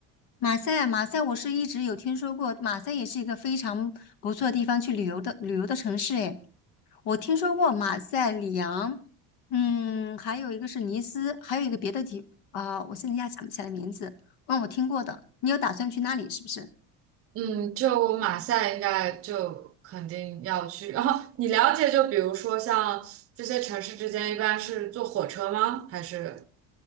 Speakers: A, on the left; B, on the right.
A: 马赛啊马赛，我是一直有听说过，马赛也是一个非常不错的地方去旅游的旅游的城市。诶，我听说过马赛、里昂，嗯，还有一个是尼斯，还有一个别的地啊、我现在一下想不起来名字。嗯，我听过的。你有打算去那里是不是？
B: 嗯，就马赛应该就肯定要去。然后你了解，就比如说像这些城市之间一般是坐火车吗？还是